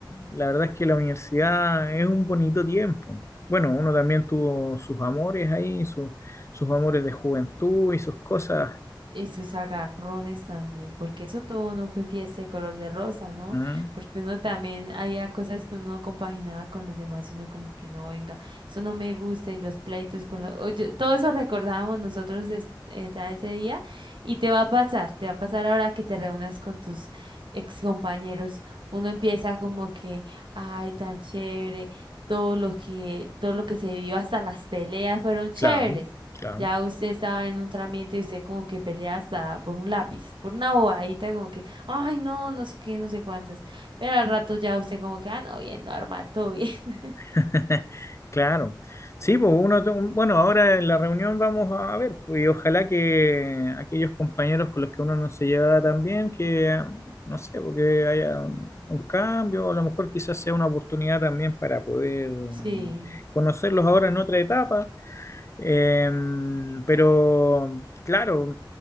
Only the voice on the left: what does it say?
La verdad es que la universidad es un bonito tiempo. Bueno, uno también tuvo sus amores ahí, sus, sus amores de juventud y sus cosas.
Mm,
claro, claro.
<laughs> Claro. Sí, pues uno, to- bueno, ahora en la reunión vamos a ver, pues, y ojalá que aquellos compañeros con los que uno no se lleva tan bien, que no sé, porque haya un un cambio, a lo mejor quizás sea una oportunidad también para poder
conocerlos ahora en otra etapa. Em, pero claro,